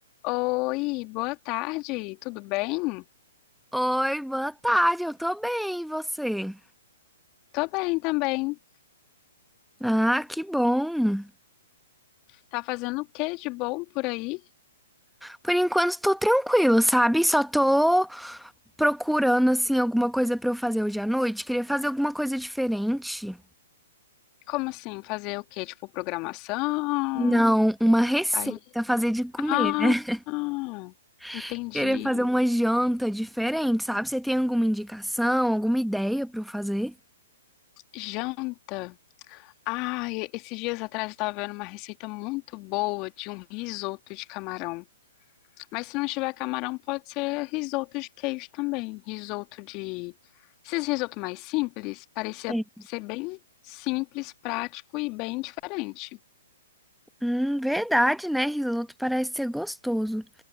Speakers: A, on the left (about 35°); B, in the centre.
A: Oi, boa tarde, tudo bem?
B: Oi, boa tarde, eu tô bem, e você?
A: Tô bem também.
B: Ah, que bom.
A: Tá fazendo o que de bom por aí?
B: Por enquanto tô tranquila, sabe? Só tô procurando assim alguma coisa pra eu fazer hoje à noite. Queria fazer alguma coisa diferente.
A: Como assim? Fazer o que? Tipo, programação?
B: Não, uma receita,
A: Aí.
B: fazer de comer,
A: Ah,
B: né?
A: ah, entendi.
B: <laughs> Queria fazer uma janta diferente, sabe? Você tem alguma indicação, alguma ideia pra eu fazer?
A: Janta. Ah, e- esses dias atrás eu tava vendo uma receita muito boa de um risoto de camarão. Mas se não tiver camarão, pode ser risoto de queijo também. Risoto de. Esses risoto mais simples, parecia
B: Sim.
A: ser bem simples, prático e bem diferente.
B: Hum, verdade, né? Risoto parece ser gostoso.